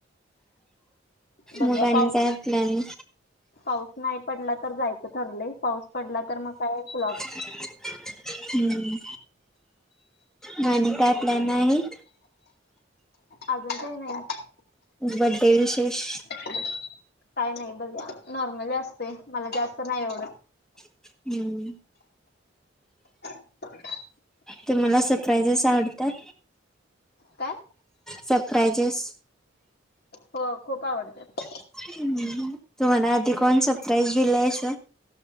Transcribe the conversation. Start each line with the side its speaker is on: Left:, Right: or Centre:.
Left: बघूया
Centre: मग आणि
Left: पाऊस
Centre: काय प्लॅनिंग?
Left: पाऊस नाही पडला तर जायचं ठरलंय. पाऊस पडला तर मग काय फ्लॉप.
Centre: तुडुम टू हम्म. म आणि काय प्लॅन नाही?
Left: अजून काही नाही.
Centre: बर्थ डे विशेष.
Left: काय नाही बघा. नॉर्मली असतय. मला जास्त नाही एवढं-
Centre: हम्म.
Left: ह
Centre: तुम्हाला सरप्राइजेस आवडतात?
Left: काय?
Centre: सरप्रायजेस.
Left: हो. खूप आवडतात.
Centre: ह्. तुम्हाला आधी कोणी सरप्राईज दिलय अस?